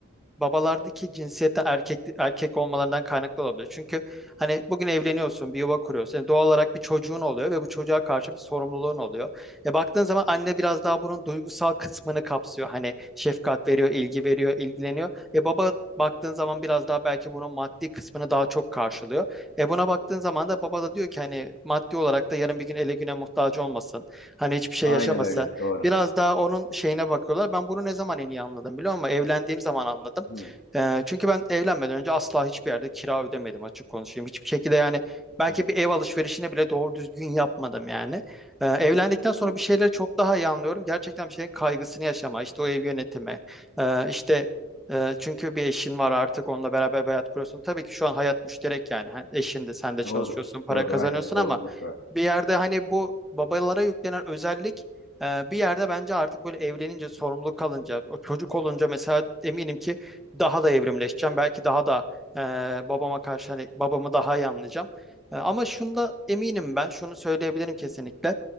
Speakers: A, in the centre; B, on the left.
A: babalardaki cinsiyete erkek erkek olmalarından kaynaklı olabilir. Çünkü Hani bugün evleniyorsun, bir yuva kuruyorsun. Yani doğal olarak bir çocuğun oluyor ve bu çocuğa karşı bir sorumluluğun oluyor. E baktığın zaman anne biraz daha bunun duygusal kısmını kapsıyor. Hani şefkat veriyor, ilgi veriyor, ilgileniyor. E baba baktığın zaman biraz daha belki bunun maddi kısmını daha çok karşılıyor. E buna baktığın zaman da baba da diyor ki hani maddi olarak da yarın bir gün ele güne muhtaç olmasın. Hani hiçbir şey
B: Aynen
A: yaşamasın.
B: öyle. Doğru.
A: Biraz daha onun şeyine bakıyorlar. Ben bunu ne zaman en iyi anladım biliyor musun? Evlendiğim zaman anladım.
B: Hı,
A: E, çünkü ben evlenmeden önce asla hiçbir yerde kira ödemedim açık konuşayım. Hiçbir şekilde yani belki
B: evet.
A: bir ev alışverişini bile doğru düzgün yapmadım yani. Ee, evlendikten sonra
B: Hı,
A: bir şeyleri çok daha iyi anlıyorum. Gerçekten bir şeyin kaygısını yaşama, işte o ev yönetimi, ee, işte e, çünkü bir eşin var artık onunla beraber bir hayat kuruyorsun. Tabii ki şu an hayat müşterek yani. Ha, Eşin de sen de çalışıyorsun,
B: doğru.
A: para
B: Doğru.
A: kazanıyorsun
B: Aynen. Sorumluluk
A: ama
B: zaten.
A: bir yerde hani bu babalara yüklenen özellik e, bir yerde bence artık böyle evlenince, sorumluluk kalınca, o çocuk olunca mesela eminim ki daha da evrimleşeceğim. Belki daha da e, babama karşı hani babamı daha iyi anlayacağım. E, ama şunda eminim ben, şunu söyleyebilirim kesinlikle.